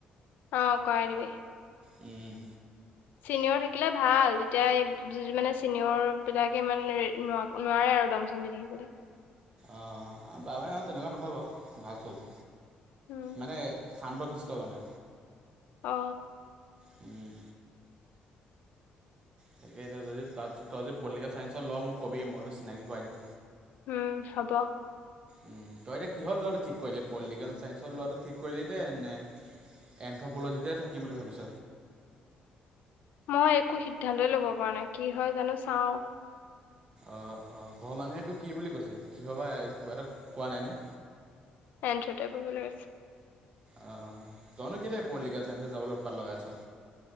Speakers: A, on the left; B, on the right.
A: অ কৰাই দিবি।
B: উম।
A: চিনিয়ৰ থাকিলে ভাল। তেতিয়া এই <unintelligible> মানে চিনিয়ৰবিলাকে ইমান ন নোৱাৰে আৰু দম চম দি থাকিবলে।
B: অঁ বা মানে অ তেনেকুৱা নহয় বাৱ। ভাল ছোৱালী
A: উম
B: মানে সান্ট শিষ্ট মানে।
A: অ।
B: উম। তাকে এটিয়া যদি তাত তই যদি পলিটিকেল চাইন্সত লও মোক কবি মই তোক চিনাকি কৰাই দিম।
A: উম হব।
B: উম তই এতিয়া কিহত লোৱাটো ঠিক কৰিলি? পলিটিকেল চাইন্সত লোৱাটো ঠিক কৰিলি দে নে? এন্থ'পলজিতে থাকিম বুলি ভাবিছ?
A: মই একো সিদ্ধান্তই ল'ব পৰা নাই। কি হয় জানো চাওঁ।
B: অ অ ঘৰ মানুহে তোক কি বুলি কৈছে? কিহ বা কিবা এটাত কোৱা নাইনে?
A: চাইন্সতে পঢ়িবলৈ কৈছে
B: অ তইনো কেলে পলিটিকেল চাইন্সত যাবলে উতপাত লগাই আছ?